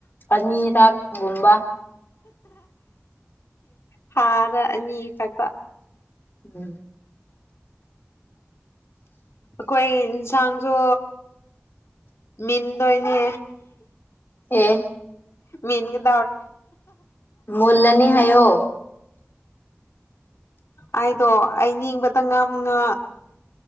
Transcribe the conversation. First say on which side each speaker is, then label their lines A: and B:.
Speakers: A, on the left (about 50°); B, on the left (about 75°).
A: ꯑꯅꯤꯔꯛꯒꯨꯝꯕ
B: ꯊꯥꯗ ꯑꯅꯤ ꯈꯛꯛꯇ
A: ꯎꯝ
B: ꯑꯩꯈꯣꯏ ꯌꯦꯟꯁꯥꯡꯁꯨ ꯃꯤꯟꯗꯣꯏꯅꯤ
A: ꯑꯦ
B: ꯃꯦꯟ ꯀ
A: ꯃꯂꯅꯤ ꯍꯥꯏꯣ
B: ꯑꯩꯗꯣ ꯑꯩ ꯅꯤꯡꯕꯗ ꯉꯝꯅ